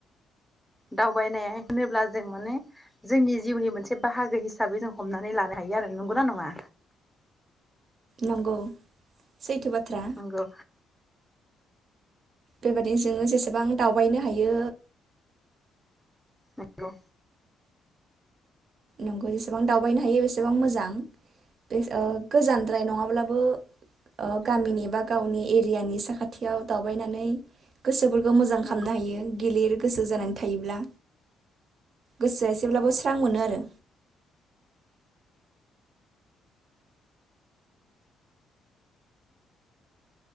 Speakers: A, in the centre; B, on the right.
A: दावबायनाया होनोब्ला जों माने जोंनि जिउनि मोनसे बाहागो हिसाबै जों हमनानै लानो हायो आरो नंगौना नङा
B: नंगौ सैथो बाथ्रा
A: नंगौ
B: बेबायदि जोङो जेसेबां दावबायनो हायो
A: नंगौ
B: नंगौ जेसेबां दावबायनो हायो बेसेबां मोजां बे ओ गोजानद्राय नङाब्लाबो ओ गामिनि बा गावनि एरियानि साखाथियाव दावबायनानै गोसो फोर खौ मोजां
A: नंगौ
B: खालामनो हायो गिलिर गोसो जानानै थायोब्ला गोसोआ एसेब्लाबो स्रां मोनो आरो